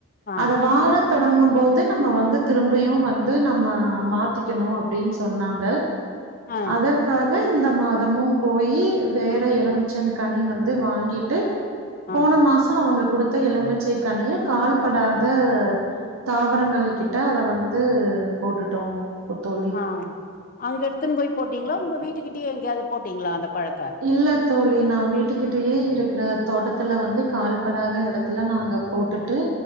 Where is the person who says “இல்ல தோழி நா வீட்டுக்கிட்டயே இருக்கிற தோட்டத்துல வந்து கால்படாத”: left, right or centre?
Right